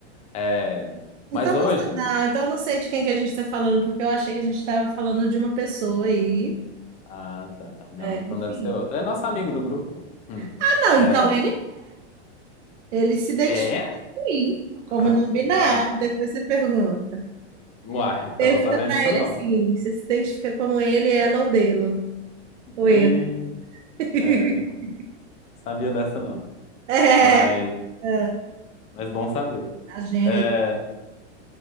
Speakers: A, on the left; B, on the right.
A: É, mas
B: Então,
A: hoje.
B: não, sa- não, então eu não sei de quem que a gente está falando, porque eu achei que a gente estava falando de uma pessoa aí.
A: Ah, tá. Não,
B: É,
A: então
B: enfim.
A: deve ser outro. É nosso amigo do grupo. Hum.
B: Ah, não,
A: É.
B: então Ele se identifica
A: É?
B: sim, como
A: Ah,
B: não binário.
A: ah.
B: Depois você pergunta.
A: uai,
B: Pergunta
A: tava sabendo
B: pra
A: disso
B: ele
A: não.
B: assim: você se identifica como ele, ela ou dele? Ou
A: Aí.
B: ele? <laughs>
A: É, sabia dessa não.
B: É,
A: Mas.
B: é,
A: Mas bom saber.
B: a Jenny.
A: É,